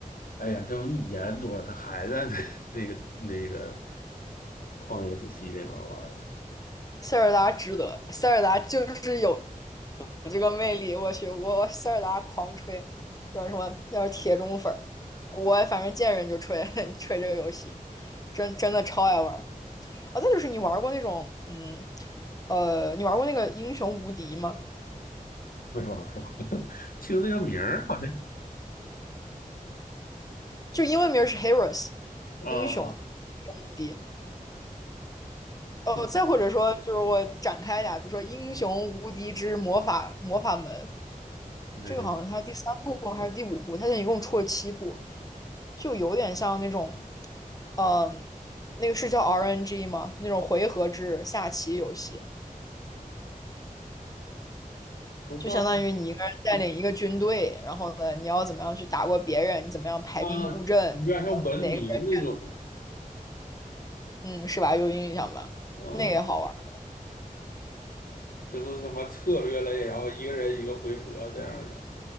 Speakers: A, on the left; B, on the left.
A: 哎呀，都一年多了，他还在那 <laughs> 那个那个旷野之息里边玩儿
B: 塞尔达值得，塞尔达就是有这个魅力。我去，我塞尔达狂吹，叫什么？叫铁中粉儿。我反正见人就吹 <laughs> 吹这个游戏，真真的超爱玩。啊，再就是你玩过那种，嗯，呃，你玩过那个英雄无敌吗？
A: 没玩儿是吧听那个名儿好像
B: 就英文名是 Heroes，
A: 啊。
B: 英雄无敌。哦，
A: 嗯，
B: 再或者说，就是我展开一下，比如说《英雄无敌之魔法魔法门》，
A: 没有，
B: 这个好像是它第三部还是第五部，它现在一共出了七部，就有点像那种，嗯、那个是叫 RNG 吗？那种回合制下棋游戏。
A: 不像
B: 就相当于你一个人带领一个军队，然后呢，你要怎么样去打过别人，你怎么样排兵布阵，
A: 啊，有点像文明那种
B: 哪个人，嗯，是吧？有印象吧？
A: 啊，
B: 那个也好玩儿。
A: 就是什么策略类，然后一个人一个回合这样的。